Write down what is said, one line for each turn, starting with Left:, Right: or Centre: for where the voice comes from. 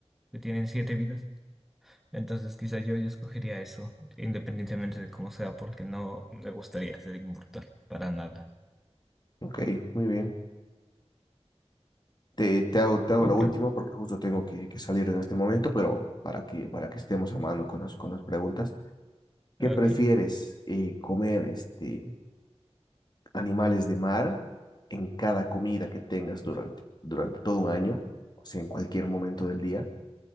Centre: que tienen siete vidas. Entonces quizá yo, yo escogería eso, independientemente de cómo sea, porque no me gustaría ser inmortal para nada.
Left: ok, muy bien. Te, te hago, te hago
Centre: Ok,
Left: la última porque justo tengo que, que salir en este momento, pero para que, para que estemos a mano con las, con las preguntas. ¿Qué
Centre: ok,
Left: prefieres eh, comer este, animales de mar en cada comida que tengas durante, durante todo un año? O sea, en cualquier momento del día